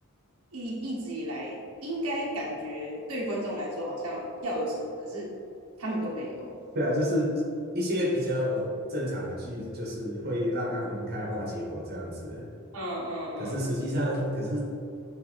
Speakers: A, on the right; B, on the right.
A: 一一直以来，应该感觉对于观众来说好像要有什么，可是他们都没有。
B: 对啊，就是一些比较正常的剧，就是会让他们开花结果这样子。
A: 嗯嗯
B: 可是实际上，可是